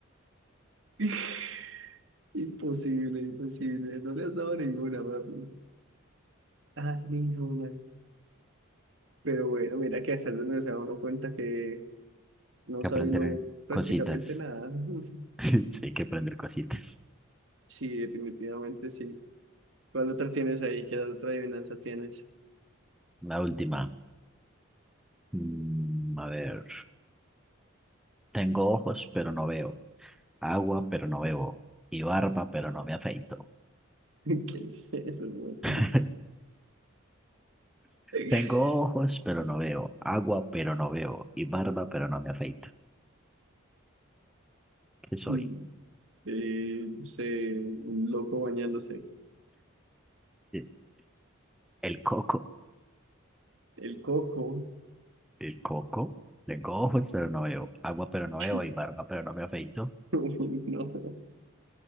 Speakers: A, on the right; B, in the centre.
A: <laughs> Imposible, imposible, no le has dado ninguna, papi. Ah, ninguna. Pero bueno, mira que acá es donde se da uno cuenta que no
B: que
A: sabe
B: aprender
A: uno prácticamente
B: cositas.
A: nada. <laughs>
B: <laughs> Sí, hay que aprender cositas.
A: Sí, definitivamente sí. ¿Cuál otra tienes ahí? ¿Qué otra adivinanza tienes?
B: La última. Mm, a ver. Tengo ojos, pero no veo. Agua, pero no bebo. Y barba, pero no me afeito.
A: <laughs> ¿Qué es eso, güey?
B: <laughs>
A: <laughs>
B: Tengo ojos, pero no veo. Agua, pero no veo. Y barba, pero no me afeito. ¿Qué soy?
A: Mm, Eh, no sé, un loco bañándose.
B: Sí. El coco,
A: El coco.
B: el coco. Tengo ojos, pero no veo. Agua, pero no
A: <laughs>
B: veo. Y barba, pero no me afeito.
A: Uy, No,